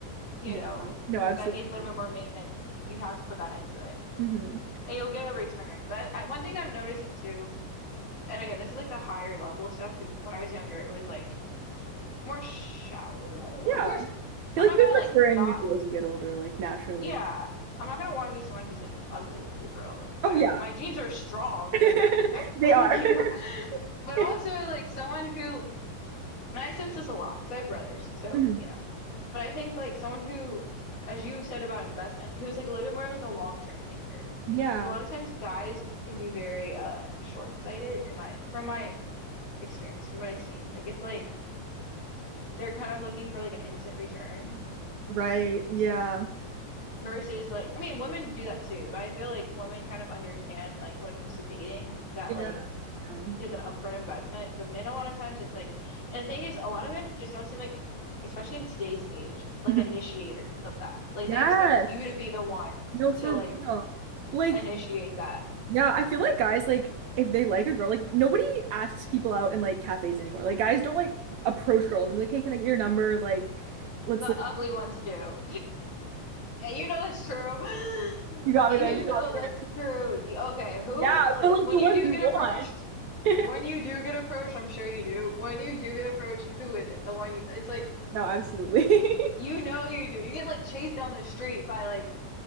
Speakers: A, on the left; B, on the right.
A: you
B: Yeah.
A: know,
B: No, absolutely.
A: that needs a little bit more maintenance. You have to put that into it
B: hmm
A: and you'll get a return. But I, one thing that I'm noticing too, and again, this is like the higher level stuff because when I was younger, it was like more shallow.
B: Yeah.
A: Of course,
B: I feel
A: I'm
B: like
A: not
B: there's
A: gonna
B: maturing
A: like not
B: you do as you get older, like naturally.
A: Yeah, I'm not gonna want to be someone who's like ugly, let's be for real. Like I
B: Oh
A: have
B: yeah.
A: my genes are strong,
B: <laughs>
A: but they're not that strong,
B: They are.
A: <laughs> you know.
B: <laughs>
A: But also like someone who and I sense this a lot because I have brothers, so
B: Mhm.
A: you know. But I think like someone who, as you said about investment, who's like a little bit more of like a long-term thinker.
B: Yeah.
A: Because a lot of times guys can be very uh short-sighted in my from my experience, from what I've seen. Like it's like they're kind of looking for like an instant return
B: Right. Yeah.
A: Versus like, I mean, women do that too, but I feel like women kind of understand like when it comes to dating that
B: Yeah.
A: like
B: Yeah.
A: there's an upfront investment, but men a lot of times it's like, and the thing is, a lot of men just don't seem like, especially in today's age, like
B: <laughs>
A: initiators of that. Like
B: Yes.
A: they expect you to be the one
B: No, for
A: to like
B: real. Like
A: initiate that.
B: Yeah, I feel like guys like if they like a girl, like nobody asks people out in like cafes anymore. Like guys don't like approach girls and be like, "Hey, can I get your number?" Like, let's
A: The
B: like
A: ugly
B: <laughs>
A: ones do. And you know that's true. <gasps> <laughs>
B: You got
A: You
B: me there, you
A: know
B: got me
A: that's
B: there.
A: true. Y- Okay, who,
B: Yeah,
A: like,
B: but like
A: when
B: the ones
A: you do
B: you
A: get
B: want.
A: approached,
B: <laughs>
A: when you do get approached, I'm sure you do. When you do get approached, who is it? The one you, it's like,
B: No, absolutely. <laughs>
A: you know you do. You get, like, chased down the street by, like,